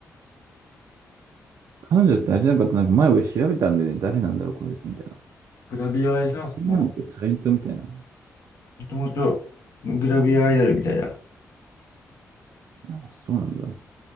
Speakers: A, on the right (about 70°); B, on the left (about 60°).
A: 彼女ってあれじゃなかった、なんか前俺調べたんでね、誰なんだろう、この人みたいな。
B: グラビアアイドルも、
A: なんだっけ、タレントみたいな。
B: もともとグラビアアイドルみたいな。
A: あ、そうなんだ。